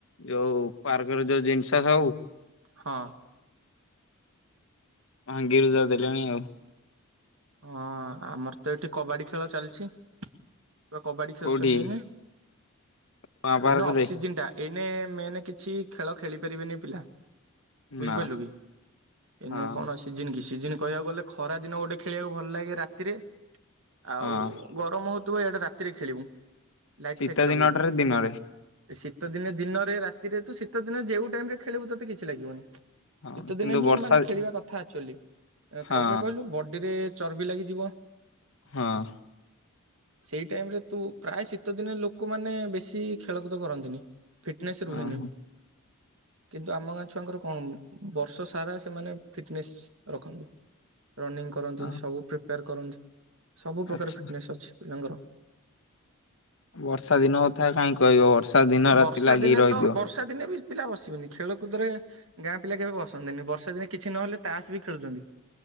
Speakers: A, on the left; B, on the right.
A: ଯୋଉ ପାର୍କ ର ଯୋଉ ଜିନିଷ ସବୁ।
B: ହଁ।
A: ଭାଙ୍ଗି ରୁଜା ଦେଲେଣି ଆଉ।
B: ଅଁ ଆମର ତ ଏଠି କବାଡ଼ି ଖେଳ ଚାଲଛି। ଛୁଆ କବାଡ଼ି ଖେଳୁଚନ୍ତି
A: କୋଉଠି
B: ଏଇନେ
A: ମା ପାର୍କରେ
B: ଏଇନା ଅଫ୍ସିଜିନ ଟା। ଏଇନେ ମେନେ କିଛି ଖେଳ ଖେଳି ପାରିବେନି ପିଲା। ବୁଝିପାରିଲୁ
A: ନା
B: କି ଏଇନେ
A: ହଁ
B: କଣ ସିଜିନ କି ସିଜିନ କହିବାକୁ ଗଲେ ଖରା ଦିନ ଗୋଟେ ଖେଳିବାକୁ ଭଲ ଲାଗେ ରାତିରେ ଆଉ
A: ହଁ।
B: ଗରମ ହଉଥୁବ ଇଆଡ଼େ ରାତିରେ ଖେଳିବୁ। ଲାଇଟ୍
A: ଶୀତ
B: ଫାଇଟ୍ ଲଗେଇକିଁ।
A: ଦିନଟାରେ ଦିନରେ
B: ଶୀତ ଦିନେ ଦିନରେ ରାତିରେ ତୁ ଶୀତ ଦିନେ ଯେଉ ଟାଇମ୍ ରେ ଖେଳିବୁ ତତେ କିଛି ଲାଗିବନି।
A: ହଁ
B: ଶୀତେ ଦିନେ
A: କିନ୍ତୁ
B: ହିଁ
A: ବର୍ଷା
B: ମାନେ ଖେଳିବା କଥା ଆକ୍ଚୁ ଆଲି ଏଁ
A: ହଁ
B: କଣ ପାଇଁ କହିଲୁ ବ ଡ଼ିରେ ଚର୍ବି ଲାଗିଯିବ।
A: ହଁ।
B: <inaudible> ସେଇ ଟାଇମ୍ ରେ ତୁ ପ୍ରାଏ ଶୀତ ଦିନେ ଲୋକମାନେ ବେଶୀ ଖେଳକୁଦ କରନ୍ତିନି। ଫିଟନେସ୍ ରୁହେନି
A: ହଁ।
B: କିନ୍ତୁ ଆମ ଗାଁ ଛୁଆଙ୍କର କଣ ମୁଁ ବର୍ଷ ସାରା ସେମାନେ ଫିଟନେସ୍ ରଖନ୍ତି ରନିଂ କରନ୍ତି
A: ହଁ।
B: ସବୁ ପ୍ରି ପ୍ୟାର କରନ୍ତି ସବୁ ପ୍ରକାର
A: ଆଚ୍ଛା
B: ଫିଟନେସ୍ ଅଛି ପିଲାଙ୍କର।
A: ବର୍ଷା ଦିନ କଥା କାଇଁ କହିବ ବର୍ଷା ଦିନ ରାତି
B: ବର୍ଷା
A: ଲାଗି
B: ଦିନେ
A: ରହିଥିବ।
B: ତ ବର୍ଷା ଦିନେ ବି ପିଲା ବସିବେନି ଖେଳକୁଦରେ ଗାଁ ପିଲା କେବେ ବସନ୍ତିନି ବର୍ଷା ଦିନେ କିଛି ନହେଲେ ତାସ୍ ବି ଖେଳୁଚନ୍ତି।